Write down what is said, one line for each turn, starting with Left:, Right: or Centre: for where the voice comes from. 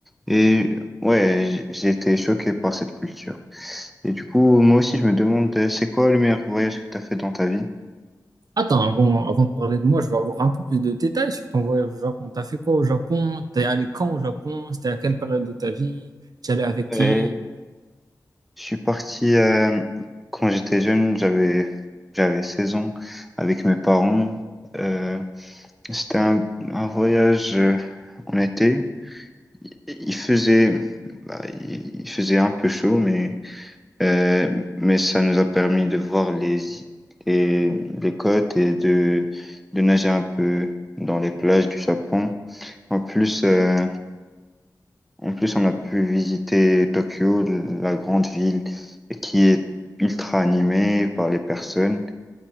Centre: Et ouais, j- j'ai été choqué par cette culture. Et du coup, moi aussi, je me demande, euh, c'est quoi le meilleur voyage que tu as fait dans ta vie?
Right: Attends, avant, avant de parler de moi, je veux avoir un peu plus de détails sur ton voyage au Japon. T'as fait quoi au Japon? T'es allé quand au Japon? C'était à quelle période de ta vie? T'y allais avec qui?
Centre: Euh, je suis parti euh, quand j'étais jeune, j'avais j'avais 16 ans avec mes parents. euh, C'était un, un voyage euh, en été. Il faisait, bah, il il faisait un peu chaud, mais, euh, mais ça nous a permis de voir les, les, les côtes et de, de nager un peu dans les plages du Japon. En plus, euh, en plus, on a pu visiter Tokyo, la grande ville qui est ultra animée par les personnes.